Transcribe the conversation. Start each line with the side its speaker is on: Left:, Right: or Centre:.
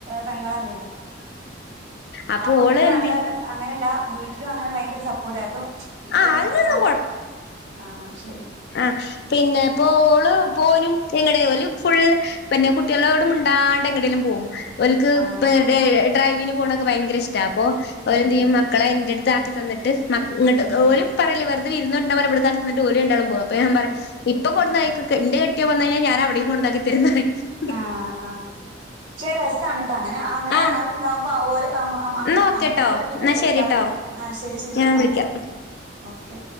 Right: പെങ്ങളല്ലേ?
Left: അപ്പൊ
Right: അപ്പ
Left: ഓള്
Right: പിന്നെ
Left: എന്ത്
Right: നല്ല അങ്ങനല്ല വീട്ട്ലും ആള് അങ്ങനെ ഭയങ്കര സപ്പോർട്ടായപ്പം. ഇപ്പം
Left: ആ അതിനൊന്നും
Right: ആഹ് ആഹ് ശെരി.
Left: ആഹ് പിന്നെ പ്പഓള് പ്പോനും ഞങ്ങടെ ഓല് ഫുള്ള് പിന്നെ കുട്ടികളോട് മുണ്ടാണ്ട് എങ്ങടേലും പോകും. ഓൽക്ക്
Right: ആഹ്
Left: പ്പ ടെ ഡ്രൈവിന് പോണക്കെ ഭയങ്കര ഇഷ്ട്ടാ അപ്പൊ ഓരെന്ത്യ്യും?
Right: അത് ശരി
Left: മക്കളെ ഇൻറട്ത്ത് ആക്കി തന്നിട്ട് മ ഇങ്ങട്ട്
Right: ഉം
Left: ഓല്
Right: ഉം
Left: പറയില്ല വെറുതെ ഇരന്ന്ണ്ടട് ഉണ്ടും ഓല് രണ്ടാളും പോകും അപ്പഞാൻ പറയും ഇപ്പ കൊണ്ടുവന്ന
Right: ആഹ്
Left: എന്റെ കെട്ട്യോൻ വന്നഴിഞ്ഞാ ഞാനവിടേയും കൊണ്ടുന്നാക്കി തരോന്നറയും
Right: ആ ആ പക്ഷെ രസമാണ് കേട്ടാ അങ്ങനെ അങ്ങനെ
Left: ആ
Right: അതുണ്ടാകുമ്പോൾ ആ ഒരു അ അ
Left: എന്നാ ഓക്കെട്ടോ
Right: അങ്ങോട്ട് കൊണ്ടൊരു ഗ ഇവൻണ്ടേക്കായി
Left: എന്നാ ശരിട്ടോ
Right: ആ ശരി ശരി
Left: ഞാൻ വിളിക്കാം
Right: ആ ഓക്കെ